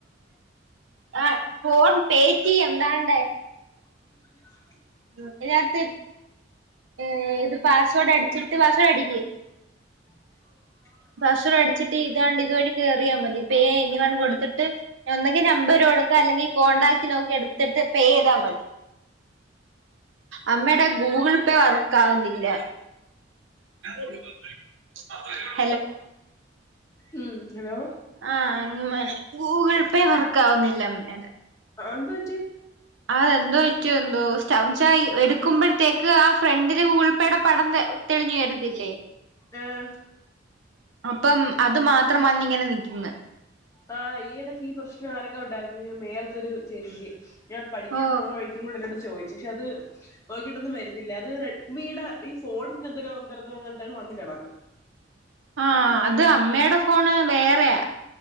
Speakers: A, on the right; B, on the left.
A: ആ ഫോൺ പേറ്റം എന്താണ്ട
B: <inaudible>
A: അതിനകത്ത് ഏ ഇത് പാസ്വേഡ് അടിച്ചിട്ടത്ത് പാസ്വേഡ് അടിക്ക
B: ഉ <unintelligible>
A: പസുര അടിച്ചിട്ട് ഇതണ്ട് ഇതുവഴി ക കേയറിയാൽ മതി പേ ഇനി വേണം കൊടുത്തിട്ട് ഒന്നങ്കി നമ്പർ കൊടുക്ക അല്ലെങ്കിൽ കോണ്ടാക്ട് നോക്കി എടുത്തിട്ട് പേ ചെയ്താ മതി അമ്മയുടെ ഗൂഗിൾ പേ വർക്കാവുന്നില്ല <inaudible>
B: ഉം ഹലോ
A: ആ മനെ ഗൂഗിൾ പേ വർക്കാവുന്നില്ല അമ്മേടെ
B: ആഹ് എന്ത്‌ പറ്റി?
A: അതെന്തോ പറ്റി എന്തോ സ്റ്റം എടുക്കുമ്പഴത്തേക്ക് ആ ഫ്രണ്ടില് ഗൂഗിൾ പേയുടെ പടം തെളിഞ്ഞു വെരത്തില്ലേ
B: ആഹ്
A: അപ്പം അത് മാത്രം വന്നിങ്ങനെ നിക്ക്ന്ന്
B: ആഹ് ഈ ഇടയ്ക്ക് ഈ പ്രശ്നം ആരൊക്കെ ഒണ്ടായിരുന്നു മേലത്തെ ഒരു ചേച്ചിക്ക് ഞാൻ പഠിക്കാൻ
A: ഓ
B: പോകണ വഴി ക്ക് കൂടെ ഇന്റട്ത്ത് ചോദിച്ചു പക്ഷെ അത് നോക്കിയിട്ടൊന്നും വരുന്നില്ല അത് റെഡ്മിയുടെ ഈ ഫോണിന് എന്തരോ എന്തരന്നോ എങ്ങാണ്ടാണ് വന്ന് കിടന്നന്ന്
A: ആഹ് അത് അമ്മയുടെ ഫോണ് വേറെയാ